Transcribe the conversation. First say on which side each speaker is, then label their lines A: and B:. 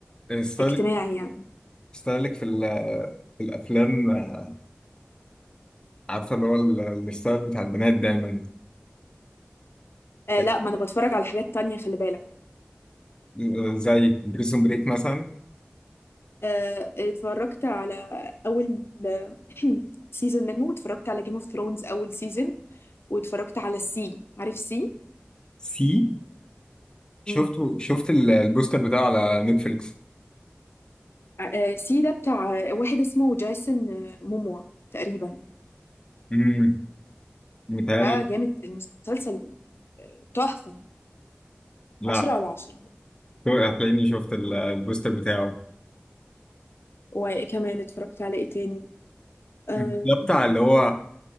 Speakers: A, on the left; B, on the left.
A: ستايلك
B: اجتماعي يعني
A: ستايلك في ال- في الافلام آه، عارفه اللي هو ال- الستايل بتاع البنات دايما
B: آه
A: يعني،
B: لا ما أنا بتفرج على حاجات تانية خلي بالك
A: آه، زي بريزون بريك مثلا
B: آه، اتفرجت على اول <clears throat> سيزون منه واتفرجت على جيم اوف ثرونز اول سيزون واتفرجت على السي عارف سي
A: سي شفته
B: امم
A: شفت ال- البوستر بتاعه على نتفليكس
B: آه، سي ده بتاع آه، واحد اسمه جايسون آه، موموا تقريبا
A: امم متهيألي
B: ده جامد المسلسل آه، تحفة
A: لا
B: عشرة على عشرة
A: هتلاقيني شفت ال- البوستر بتاعه
B: وكمان اتفرجت على ايه تاني آه،
A: مم. ده بتاع اللي هو